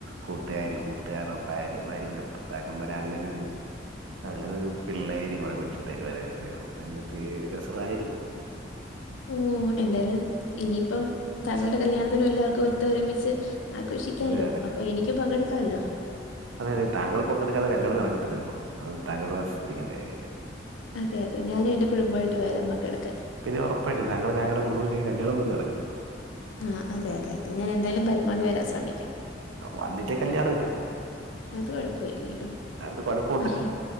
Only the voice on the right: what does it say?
കൂട്ടുകാര് കൂട്ടുകാരുടെ ഭാര്യമാര് ഭർത്താക്കമ്മാര് പോലെ അങ്ങനൊരു അങ്ങനൊരു പിള്ളേര് കൊറെ കൊച്ചുകുട്ടാർ <unintelligible> എന്നിട്ട് രസമായിരുന്നു
അതെ
അതെതെ താങ്കൾ പങ്കെടുക്കാതെ കല്യാണം നടക്കത്തില്ലല്ലോ അതും താങ്കള് ശ്രദ്ധിക്കേണ്ട കാര്യമല്ലേ
പിന്നെ ഉറപ്പായിട്ടും ഞങ്ങള് <unintelligible> പോലും നടക്കത്തില്ല
വന്നില്ലേ കല്യാണം ഇല്ലല്ലോ
അത് കുഴപ്പമുണ്ടല്ലോ